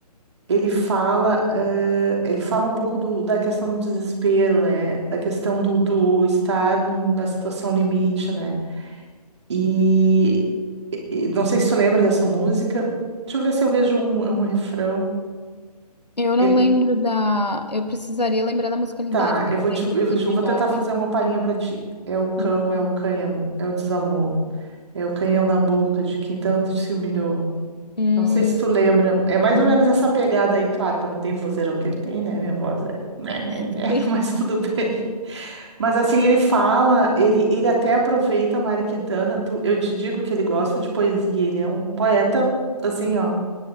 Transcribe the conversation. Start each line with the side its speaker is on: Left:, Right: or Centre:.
Right: ele fala, eh, ele fala um pouco do- da questão do desespero, né? Da questão do, do estar no- na situação limite, né? E, e não sei se tu lembra dessa música. Deixa eu ver se eu vejo um, um refrão.
Left: Eu
Right: Ele,
Left: não lembro da, eu precisaria lembrar da musicalidade,
Right: tá,
Left: porque
Right: eu
Left: tu
Right: vou
Left: lembra
Right: te, eu
Left: aqui
Right: vou te-
Left: de
Right: eu vou
Left: nomes.
Right: tentar fazer uma palhinha pra ti. É o cão,
Left: Uhum.
Right: é o cânhamo, é o desamor, é o canhão na boca de quem tanto se humilhou.
Left: Hum,
Right: Não sei se tu lembra. É mais
Left: uhum.
Right: ou menos essa pegada aí, claro que eu não tenho o vozeirão que ele tem, né? Minha voz é. né,
Left: <laughs>
Right: né, né, <laughs> Mas tudo bem. Mas assim, ele fala, ele, ele até aproveita Mari Quintana. tu- eu te digo que ele gosta de poesia, ele é um poeta, assim, ó.